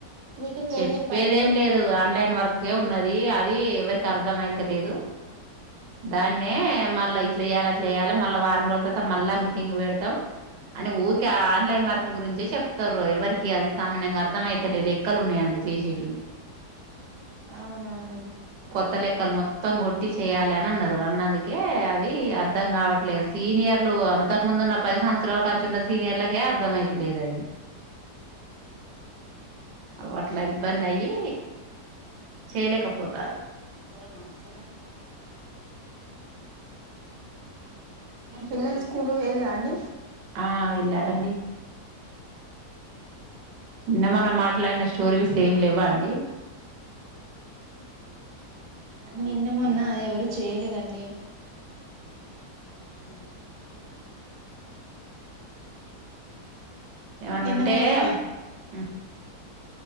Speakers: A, on the right (about 70°); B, on the right (about 85°).
A: మీటింగ్ లో
B: చెప్పేదేం
A: ఏం చెప్పారండి
B: లేదు ఆన్లైన్ వర్కే ఉన్నది అది అది ఎవరికి అర్థం అయితలేదు దాన్నే మళ్ళా ఇట్లా చేయ్యాలి అట్లా చేయాలి మళ్ళా వారం రోజుల తవా మళ్ళా మీటింగ్ పెడతాం అని ఊకె ఆన్లైన్ వర్క్ గురించే చెప్తురు ఎవరికి అది సామాన్యంగా అర్థమయితలేదు పక్కలు ఉన్నాయ్ అంలా చేసేటివి
A: అవునా అండి
B: త్త లెక్కలు మొత్తం కొట్టి చేయాలి అని అన్నారు అన్నందుకే అవి అర్థం కావట్లేదు సీనియర్లు అంతకు ముందున్న పది సంవత్సరలు కానుంచి ఉన్న సీనియర్లకే అర్థం అయితలేదు అది ఆ అవు అట్లా ఇబ్బంది అయి చేయలేకపోతారు
A: ఆ మన పిల్లల స్కూల్ వెళ్ళా అండి
B: ఆ వెళ్ళారండి నిన్నమొన్నా మాట్లాడిన స్టోరీస్ ఏం లేవా అండి
A: నిన్న మొన్న ఎవరు చేయలేదండి ఉమ్
B: ఏమన్నా
A: నిన్న
B: ఉంటే
A: మొన్న
B: అవి హ్మ్